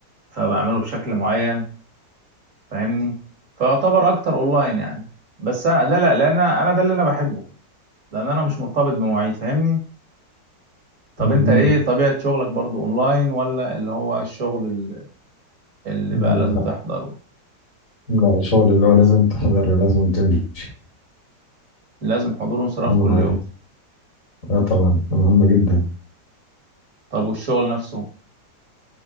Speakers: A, on the right; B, on the left.
A: فبعمله بشكل معين فاهمني فيعتبر اكتر اونلاين يعني بس انا ده لا لان انا ده اللي انا بحبه لان انا مش مرتبط بمواعيد فاهمني طب
B: مهم.
A: انت ايه طبيعة شغلك برضو اونلاين ولا اللي هو الشغل ال- اللي
B: لا
A: بقى لازم تحضره
B: لا الشغل اللي هو لازم تحضر لازم تمشي
A: لازم حضور وانصراف
B: من مواعيد
A: كل يوم
B: اه طبعا ده مهم جدا
A: طب والشغل نفسه